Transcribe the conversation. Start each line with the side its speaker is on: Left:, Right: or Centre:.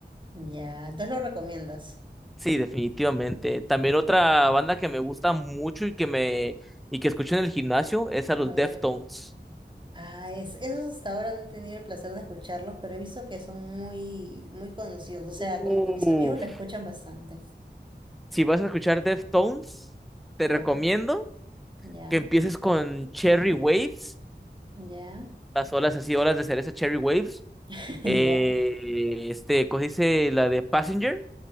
Right: Ya, entonces lo recomiendas.
Centre: Sí, definitivamente. También otra banda que me gusta mucho y que me y que escucho en el gimnasio es a los
Right: A ver.
Centre: Deftones.
Right: Ah, es, esos hasta ahora no he tenido el placer de escucharlos, pero he visto que son muy, muy conocidos. O sea,
Centre: Uf,
Right: como que mis amigos lo escuchan bastante.
Centre: Si vas a escuchar Deftones, te
Right: Ya,
Centre: recomiendo
Right: ya,
Centre: que empieces con Cherry Waves,
Right: ya,
Centre: las olas así, olas de cereza Cherry Waves.
Right: <laughs>
Centre: eh,
Right: ya,
Centre: este, ¿cómo se dice? La de Passenger